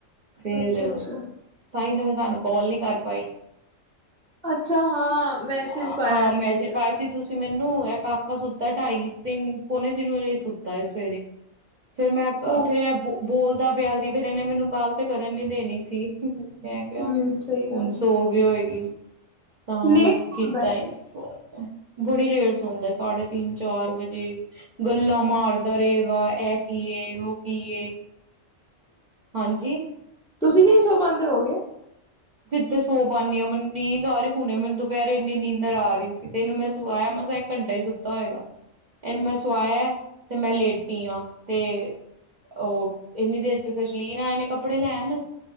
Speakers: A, on the right; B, in the centre.
A: ਫਿਰ
B: ਅੱਛਾ ਅੱਛਾ
A: ਤਾਂਹੀ ਤਾਂ ਮੈਂ ਤੁਹਾਨੂੰ ਕਾਲ ਨੀ ਕਰ ਪਾਈ
B: ਅੱਛਾ ਹਾਂ ਮੈਸੇਜ
A: ਹਾਂ,
B: ਪਾਇਆ ਸੀ
A: ਮੈਸੇਜ
B: ਮੈਂ
A: ਪਾਇਆ ਸੀ ਤੁਸੀਂ ਮੈਨੂੰ ਇੱਕ ਆਕਾਾ ਸੁੱਤਾ ਢਾਈ-ਤਿੰਨ, ਪੋਣੇ ਤਿਨ ਵਜੇ ਹੀ ਸੁੱਤਾ ਹੈ ਸਵੇਰੇ। ਫੇਿਰ ਮੈਂ
B: ਉਹ
A: ਫੇਿਰ ਇਹ ਬੋਲ ਤਾ ਪਿਆ ਸੀ ਫਿਰ ਇਹਨੇ ਮੈਨੂੰ ਤੇ ਕਰਨ ਨੀ ਦੇਣੀ ਸੀ ਹੂੰ ਹੂੰ ਮੈਂ ਕਿਹਾ
B: ਹਮ ਸਹੀ
A: ਹੁਣ
B: ਗੱਲ
A: ਸੋਗੀ
B: ਹੈ
A: ਹੋਏਗੀ ਤਾਂ
B: ਲੇਟ
A: ਮੈਂ ਕੀਤਾ
B: ਹੁੰਦਾ
A: ਹੀ ਨੀ ਫੋਨ ਬੜੀ ਲੇਟ ਸੌਦਾ ਸਾਢੇ ਤਿੰਨ ਚਾਰ ਵਜੇ ਗੱਲਾਂ ਮਾਰਦਾ ਰਹੇਗਾ ਇਹ ਕੀ ਉਹ ਕੀ ਹਾਂਜੀ
B: ਤੁਸੀਂ ਵੀ ਨੀ ਸੌ ਪਾਉਦੇ ਹੋ ਗਏ
A: ਕਿੱਥੇ ਸੌ ਪਾਣੀ ਹਾਂ ਮੈਨੂੰ ਨੀਂਦ ਆ ਰਹੀ ਹੁਣੇ ਮੈਨੂੰ ਦੁਪਹਿਰ ਇੰਨੀ ਨੀਂਦਰ ਆ ਰਹੀ ਸੀ ਤੇ ਇਹਨੂੰ ਮੈਂ ਸਵਾਇਆ ਮਸਾ ਇੱਕ ਘੰਟਾ ਸੁੱਤਾ ਹੋਏਗਾ ਇਹਨੂੰ ਮੈਂ ਸਵਾਇਆ ਤੇ ਮੈਂ ਲੇਟੀ ਹਾਂ ਤੇ ਉਹ ਇੰਨੀ ਦੇਰ ਚ ਸਚਲੀਨ ਆਏ ਨੇ ਕ ਕੱਪੜੇ ਲੈਣ